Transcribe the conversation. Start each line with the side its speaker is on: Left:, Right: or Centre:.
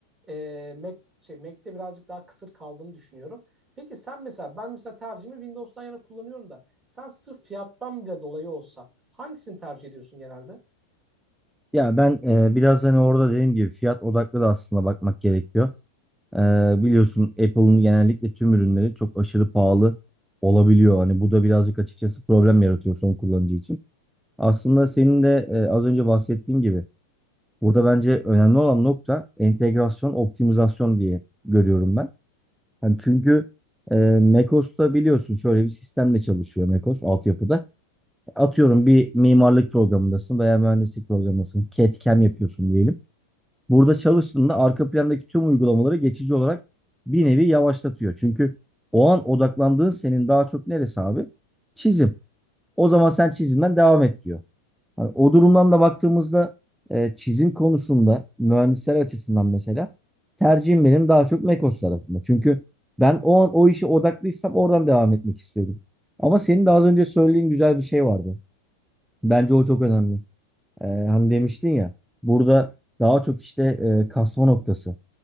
Right: e, Mac, şey, Mac'te birazcık daha kısır kaldığını düşünüyorum. Peki sen mesela ben mesela tercihimi Windows'tan yana kullanıyorum da sen sırf fiyattan bile dolayı olsa hangisini tercih ediyorsun genelde?
Centre: Ya ben e, biraz hani orada dediğim gibi fiyat odaklı da aslında bakmak gerekiyor. E, biliyorsun Apple'ın genellikle tüm ürünleri çok aşırı pahalı olabiliyor. Hani bu da birazcık açıkçası problem yaratıyor son kullanıcı için. Aslında senin de e, az önce bahsettiğin gibi burada bence önemli olan nokta entegrasyon, optimizasyon diye görüyorum ben. Hani çünkü e, Mekos'ta biliyorsun şöyle bir sistemle çalışıyor Mekos altyapıda. Atıyorum bir mimarlık programındasın veya mühendislik programındasın. CAD/CAM yapıyorsun diyelim. Burada çalıştığında arka plandaki tüm uygulamaları geçici olarak bir nevi yavaşlatıyor. Çünkü o an odaklandığın senin daha çok neresi abi? Çizim. O zaman sen çizimden devam et diyor. Hani o durumdan da baktığımızda e, çizim konusunda mühendisler açısından mesela tercihim benim daha çok Mekos tarafında. Çünkü ben o an o işe odaklıysam oradan devam etmek istiyorum. Ama senin de az önce söylediğin güzel bir şey vardı. Bence o çok önemli. E, hani demiştin ya burada daha çok işte e, kasma noktası.